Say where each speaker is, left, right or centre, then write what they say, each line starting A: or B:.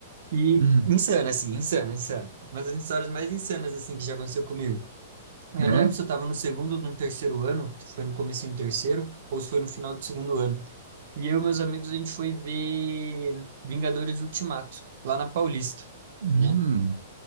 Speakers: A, on the right; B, on the right.
A: e
B: Hum,
A: insana, assim, insana, insana. Uma das histórias mais insanas, assim, que já aconteceu comigo. Eu
B: é?
A: não lembro se eu tava no segundo ou no terceiro ano, se foi no comecinho do terceiro, ou se foi no final do segundo ano. E eu e meus amigos, a gente foi ver Vingadores Ultimato, lá na Paulista,
B: Hum,
A: né?